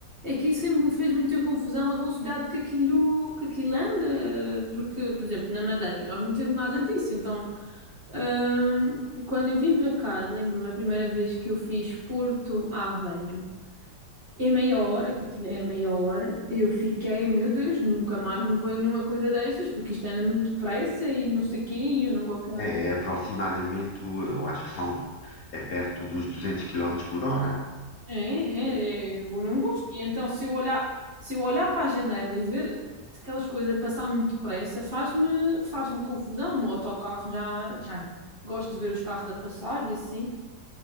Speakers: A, on the right (about 30°); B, on the left (about 60°).
A: aquilo sempre me fez muita confusão a velocidade que aquilo, que aquilo anda, eh, porque, por exemplo, na Madeira nós não temos nada disso, então. Ahm, quando eu vim para cá, lembro-me a primeira vez que eu fiz Porto Aveiro. E a meia hora, que aquilo é meia hora, eu fiquei, meu Deus, nunca mais me ponho numa coisa destas, porque isto anda muito depressa e não sei o quê, e eu não gosto nada.
B: É
A: de-
B: aproximadamente, eu acho que são, é perto dos 200 quilómetros por hora.
A: É, é, é, eu não gosto. E então, se eu olhar, se eu olhar para a janela e ver aquelas coisas a passar muito depressa, faz-me faz-me confusão. No autocarro já, já não. Gosto de ver os carros a passar e assim.